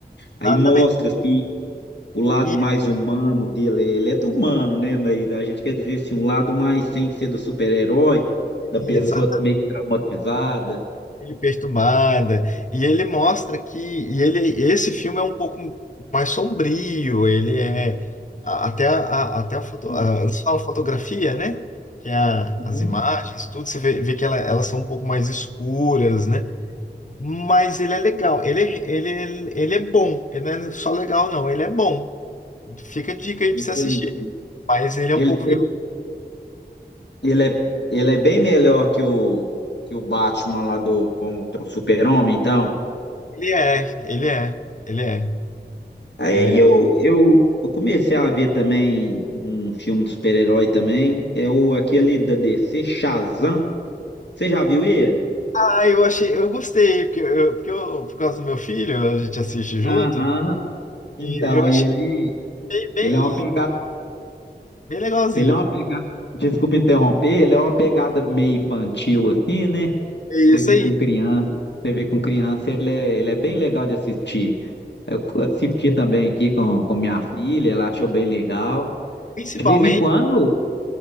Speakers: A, on the left (about 85°); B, on the left (about 45°).
A: Aí
B: Exatamente.
A: mostra assim o lado
B: E,
A: mais humano dele. Ele é humano, né? Mas a gente quer dizer assim, um lado mais sem ser do super-herói, da
B: e
A: pessoa
B: exa-
A: meio que traumatizada.
B: meio perturbada. E ele mostra que e ele, esse filme é um pouco mais sombrio, ele é a- até a, a- até a, foto,
A: Uhum,
B: a, eles falam fotografia, né? Que é a-
A: uhum,
B: as imagens, tudo, você vê, vê que ela- elas são um pouco mais escuras, né? Mas ele é legal, ele, é- ele, é- ele é bom, ele não é só legal, não, ele é bom. Fica a dica aí pra
A: entendi.
B: você assistir. Mas ele é
A: Ele,
B: um pouco violento.
A: ele é, ele é bem melhor que o, que o Batman lá do contra o Super-Homem, então.
B: Ele é, ele é, ele é,
A: Aí
B: ele é.
A: eu, eu, eu comecei a ver também um filme de super-herói também, é o aquele da DC, Shazam. Você já viu ele?
B: Ah, eu achei, eu gostei, porque eu, porque eu- por causa do meu filho, a gente assiste junto,
A: Aham. Então,
B: e eu achei
A: e ele,
B: bem, bem,
A: ele é uma pegada,
B: bem legalzinho.
A: ele é uma pegada, desculpa interromper, ele é uma pegada meio infantil assim, né?
B: É
A: Você
B: isso
A: vê
B: aí.
A: com criança, você vê com criança, ele é, ele é bem legal de assistir. Eu assisti também aqui com, com minha filha, ela achou bem legal.
B: Principalmente.
A: De vez em quando,